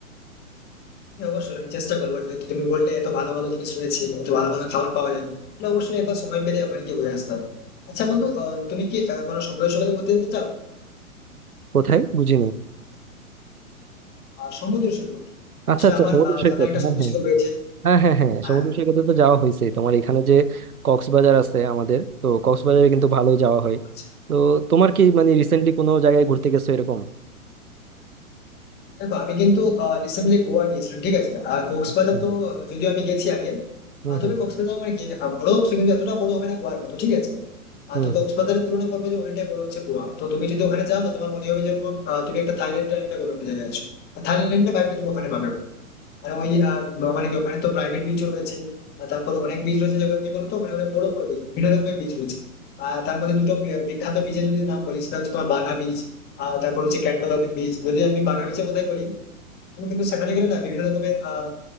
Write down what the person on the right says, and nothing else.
কোথায় বুঝিনি
আচ্ছা
আচ্ছা
সমুদ্র
সৈকত
হ্যাঁ
হ্যাঁ
হ্যাঁ হ্যাঁ হ্যাঁ
সমুদ্র সৈকতে তো যাওয়া হয়েছে তোমার এখানে যে কক্সবাজার আছে আমাদের তো কক্সবাজারে কিন্তু ভালোই যাওয়া হয়
তো তোমার কি মানে রিসেন্টলি কোনো জায়গায় ঘুরতে গেছো এরকম
হ্যাঁ,
হুম
হুম
হুম
হুম।